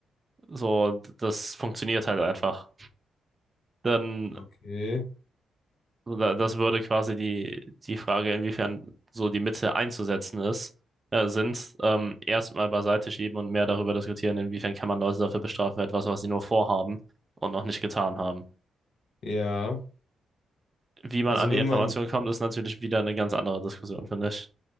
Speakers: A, on the right; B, on the left.
A: so, das funktioniert halt einfach. Dann
B: Okay,
A: So, da, das würde quasi die, die Frage, inwiefern so die Mittel einzusetzen ist, äh, sind, ähm, erstmal beiseite schieben und mehr darüber diskutieren, inwiefern kann man Leute dafür bestrafen, für etwas, was sie nur vorhaben und noch nicht getan haben.
B: ja.
A: Wie man
B: Also
A: an
B: wenn
A: die Information
B: man,
A: kommt, ist natürlich wieder eine ganz andere Diskussion, finde ich.